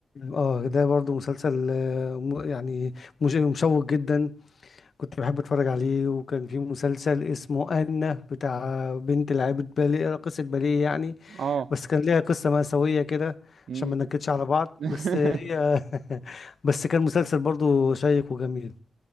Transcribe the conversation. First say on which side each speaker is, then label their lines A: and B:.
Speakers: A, on the left; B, on the right.
A: اه ده برضه مسلسل آه، م- يعني مش- مشوق جدا كنت بحب اتفرج عليه وكان في مسلسل اسمه انا بتاع بنت لعيبه باليه راقصه باليه يعني
B: اه
A: بس كان ليها قصة مأساوية كده
B: مم.
A: عشان ما ننكدش على بعض
B: <laughs>
A: بس هي <laughs> بس كان مسلسل برضو شيق وجميل